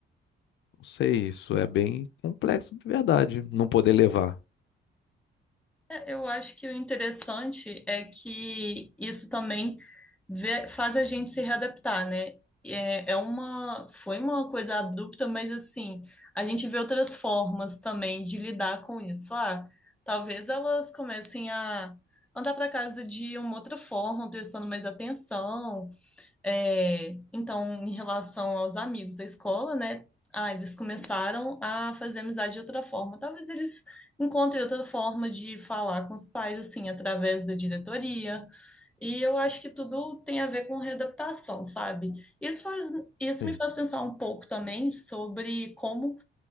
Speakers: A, on the left (about 70°); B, in the centre.
A: não sei, isso é bem complexo de verdade, não poder levar.
B: É, Eu acho que o interessante é que isso também vê- faz a gente se readaptar, né? É, é uma, foi uma coisa abrupta, mas assim, a gente vê outras formas também de lidar com isso. Ah, talvez elas comecem a andar para casa de uma outra forma, prestando mais atenção, é, então, em relação aos amigos da escola, né? Ah, eles começaram a fazer amizade de outra forma. Talvez eles encontrem outra forma de falar com os pais, assim, através da diretoria. E eu acho que tudo tem a ver com readaptação, sabe? Isso faz, isso
A: Sim.
B: me faz pensar um pouco também sobre como